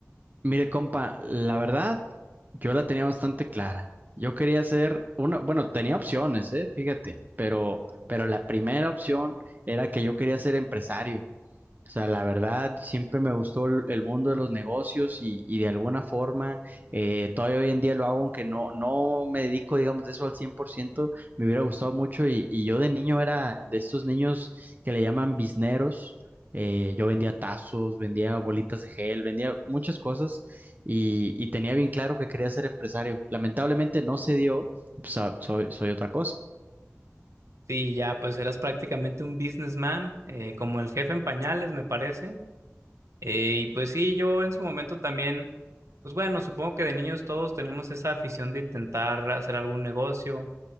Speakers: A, on the right; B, on the right.
A: Mire, compa, la verdad, yo la tenía bastante clara. Yo quería hacer una, bueno, tenía opciones, eh, fíjate, pero, pero la primera opción era que yo quería ser empresario. O sea, la verdad, siempre me gustó el el mundo de los negocios y, y de alguna forma, eh, todavía hoy en día lo hago, aunque no, no me dedico, digamos, de eso al 100%. me hubiera gustado mucho y, y yo de niño era de estos niños que le llaman bizneros. eh, yo vendía tazos, vendía bolitas de gel, vendía muchas cosas y, y tenía bien claro que quería ser empresario. Lamentablemente no se dio, pues, ah, soy, soy otra cosa.
B: Sí, ya, pues eras prácticamente un businessman, eh, como el jefe en pañales, me parece. Eh, y pues sí, yo en su momento también, pues bueno, supongo que de niños todos tenemos esa afición de intentar hacer algún negocio,